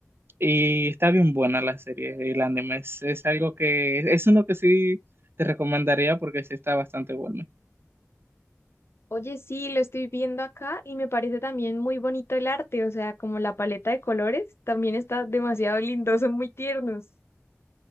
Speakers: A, on the right (about 45°); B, on the left (about 55°).
A: y está bien buena la serie, el anime. Es, es algo que es uno que sí te recomendaría porque sí está bastante bueno.
B: Oye, sí, lo estoy viendo acá y me parece también muy bonito el arte, o sea, como la paleta de colores también está demasiado lindo, son muy tiernos.